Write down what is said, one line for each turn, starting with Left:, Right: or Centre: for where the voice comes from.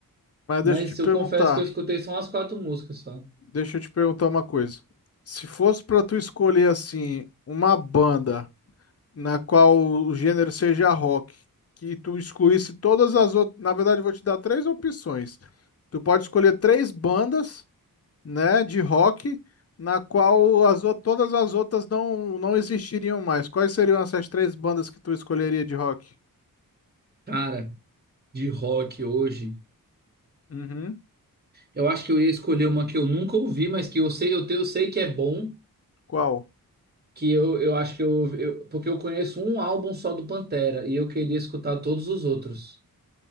Left: Mas
Right: mas
Left: deixa eu te perguntar,
Right: eu confesso que eu escutei só umas quatro músicas só.
Left: deixa eu te perguntar uma coisa. Se fosse pra tu escolher assim uma banda na qual o gênero seja rock, que tu excluísse todas as outras, na verdade eu vou te dar três opções. Tu pode escolher três bandas, né, de rock na qual as ou- todas as outras não não existiriam mais. Quais seriam essas três bandas que tu escolheria de rock?
Right: Cara, de rock hoje,
Left: Uhum.
Right: eu acho que eu ia escolher uma que eu nunca ouvi, mas que eu sei, eu, te- eu sei que é bom,
Left: Qual?
Right: que eu, eu acho que eu, eu, porque eu conheço um álbum só do Pantera, e eu queria escutar todos os outros.